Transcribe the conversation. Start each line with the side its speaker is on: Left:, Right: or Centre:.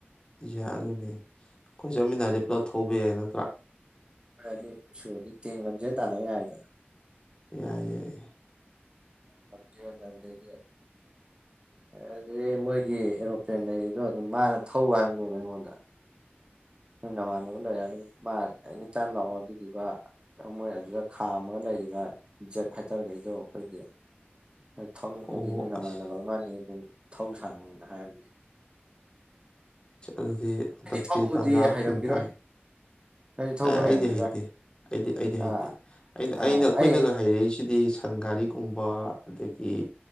Left: ꯌꯥ ꯑꯗꯨꯅꯦ ꯑꯩꯈꯣꯏ ꯆꯠꯃꯤꯟꯅꯗꯤ ꯄꯨꯂꯞ ꯊꯧꯕ ꯌꯥꯏꯅ
Right: ꯑꯅꯤ ꯁꯣꯗꯤ ꯇ ꯂꯖꯦꯜ ꯇꯅ ꯍꯥꯏꯏꯗ
Left: ꯌꯥꯏ ꯌꯥꯏꯏ
Right: ꯀꯞꯖꯦ ꯑꯣꯏ ꯂꯗ ꯑꯗꯨꯗꯤ ꯃꯣꯏꯒꯤ ꯑꯦꯔꯣꯄ꯭ꯂꯦꯟ ꯂꯩꯗꯣ ꯑꯗꯨꯝ ꯃꯥꯅ ꯊꯧꯕ ꯍꯪꯅꯦꯕ ꯑꯩꯉꯣꯟꯗ ꯅꯣꯏ ꯅꯃꯥꯟꯅꯕ ꯂꯩꯔꯦ ꯑꯗꯨꯝ ꯃꯥ ꯑꯦꯅꯤ ꯇꯥꯏꯝ ꯂꯥꯛꯑꯣ ꯑꯗꯨꯗꯨꯒ ꯃꯣꯏ ꯑꯗꯨꯗ ꯈꯥꯝꯃꯒ ꯂꯩ ꯂꯩꯔꯤꯕ ꯖꯦꯠ ꯐꯥꯏꯇꯔꯈꯩꯗꯣ ꯑꯩꯈꯣꯏꯒꯤ ꯍꯣꯏ ꯊꯧꯅꯤꯡꯉꯗꯤ
Left: ꯑꯣ
Right: ꯅꯣꯏ
Left: ꯑꯁ
Right: ꯅꯃꯥꯟꯅꯕ ꯑꯃꯅꯤ ꯑꯗꯨꯝ ꯊꯧ ꯁꯥꯟꯅꯧꯅ ꯍꯥꯏꯔꯝꯃꯦ
Left: ꯑꯗꯨꯗꯤꯛꯗꯤ
Right: ꯊꯧꯕꯗꯤ
Left: ꯇꯟꯖ
Right: ꯍꯩꯔꯝꯈꯤꯔꯣꯏ
Left: ꯅ ꯊ
Right: ꯅꯣꯏꯗꯤ ꯊꯧꯕ
Left: ꯑꯦ ꯑꯩꯗꯤ
Right: ꯍꯩꯔꯝꯈꯤꯔꯣꯏ
Left: ꯍꯩꯇꯦ ꯑꯩꯗꯤ ꯑꯩꯗꯤ ꯍꯩꯇꯦ
Right: ꯑꯥ
Left: ꯑꯩꯅ
Right: ꯑꯥ
Left: ꯑꯩꯅ ꯑꯩꯈꯣꯏꯅꯒ
Right: ꯑꯩ
Left: ꯍꯩꯔꯛꯏꯁꯤꯗꯤ ꯁꯪꯒꯥꯔꯤꯒꯨꯝꯕ ꯑꯗꯒꯤ